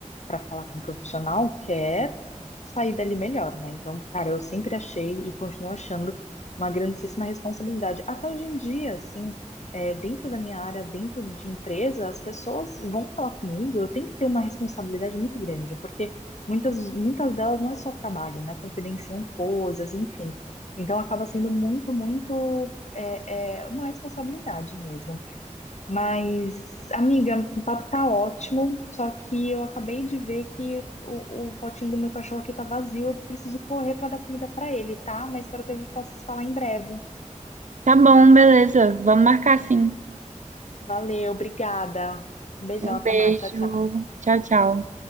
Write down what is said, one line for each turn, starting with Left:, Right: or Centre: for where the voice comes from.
Left: para falar com o profissional quer sair dali melhor, né? Então, cara, eu sempre achei e continuo achando uma grandíssima responsabilidade. Até hoje em dia, assim, eh, dentro da minha área, dentro de empresa, as pessoas vão falar comigo, eu tenho que ter uma responsabilidade muito grande, porque muitas, muitas delas não é só trabalho, né? Confidenciam coisas, enfim. Então, acaba sendo muito, muito. É, é uma responsabilidade mesmo. Mas, amiga, o papo tá ótimo, só que eu acabei de ver que o, o potinho do meu cachorro aqui tá vazio, eu preciso correr pra dar comida pra ele, tá? Mas espero que a gente possa se falar em breve.
Right: Tá bom, beleza. Vamos marcar sim.
Left: Valeu, obrigada. Um beijão,
Right: Um
Left: até
Right: beijo.
Left: mais. Tchau, tchau.
Right: Tchau, tchau.